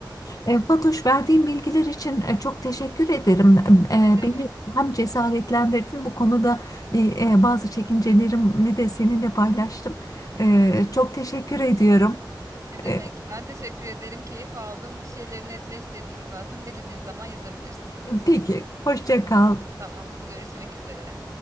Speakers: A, on the left (about 50°); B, on the right (about 45°).
A: E, Fatoş, verdiğin bilgiler için e, çok teşekkür ederim. E,
B: Ne demek?
A: Beni hem cesaretlendirdin bu konuda bir, e, bazı çekincelerimi de seninle paylaştım. E, Çok teşekkür ediyorum.
B: Ne demek?
A: E,
B: Ben teşekkür ederim. Keyif aldım. Bir şeyleri netleştirdiğinde zaten belediğin zaman yazabilirsin biliyorsun.
A: Peki, hoşça kal.
B: Tamam. Görüşmek üzere.